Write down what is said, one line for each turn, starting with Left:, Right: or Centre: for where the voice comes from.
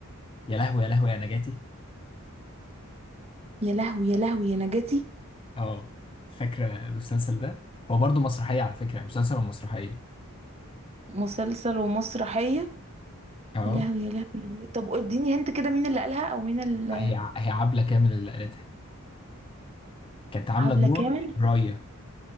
Left: يا لهوي يا لهوي يا نجاتي
Right: يا لهوي يا لهوي يا نجاتي
Left: اه فاكره المسلسل ده هو برضو مسرحيه على فكره مسلسل ومسرحيه
Right: مسلسل ومسرحية
Left: اه
Right: يا لهوي يا لهوي يا نجاتي طب اديني هنت كده مين اللي قالها او مين اللي
Left: هي ع- هي عبله كامل اللي قالتها كانت عامله
Right: حبلة
Left: دور
Right: كامل
Left: رايه